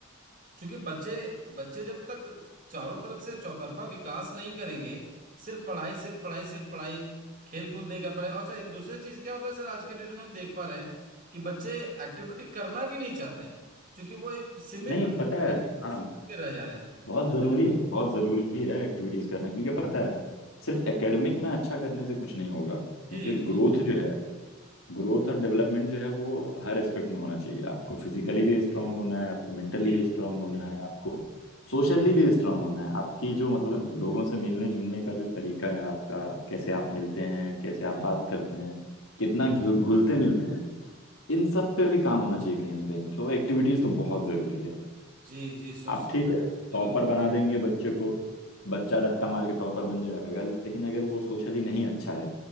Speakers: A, on the right (about 40°); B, on the left (about 85°).
A: क्योंकि बच्चे बच्चे जब तक चारों तरफ से चौतरफा विकास नहीं करेंगे सिर्फ पढ़ाई सिर्फ पढ़ाई सिर्फ पढ़ाई खेल कूद नहीं कर पाए और अच्छा एक दूसरी चीज क्या होता है सर आज के डेट में हम देख पा रहे हैं कि बच्चे एक्टिविटी करना भी नहीं चाहते हैं क्योंकि वो एक सीमित
B: नहीं
A: मोबाइल
B: पता है
A: ही
B: हाँ
A: सिमट के रह जा रहे हैं
B: बहुत जरूरी है बहुत जरूरी है एक्टिविटीज करना क्योंकि पता है सिर्फ एकेडमिक में अच्छा करने से कुछ नहीं होगा क्योंकि
A: जी जी
B: ग्रोथ
A: जी
B: जो है ग्रोथ और डेवलपमेंट जो है वो हर एस्पेक्ट में होना चाहिए आपको फिजिकली भी स्ट्रांग होना है आपको मेंटली
A: जी
B: भी स्ट्रांग होना है आपको सोशली भी स्ट्रांग होना है आपकी जो मतलब लोगों से मिलने जुलने का जो तरीका है आपका कैसे आप मिलते हैं कैसे आप
A: जी
B: बात करते हैं कितना घुल- घुलते मिलते हैं इन सब पे भी काम होना चाहिए कहीं ना कहीं तो एक्टिविटीज तो बहुत जरूरी है
A: जी जी सोशल
B: आप ठीक
A: एक्टिविटी
B: है टॉपर बना देंगे बच्चे को बच्चा रट्टा मार के टॉपर बन जाएगा लेकिन अगर वो सोशली नहीं अच्छा है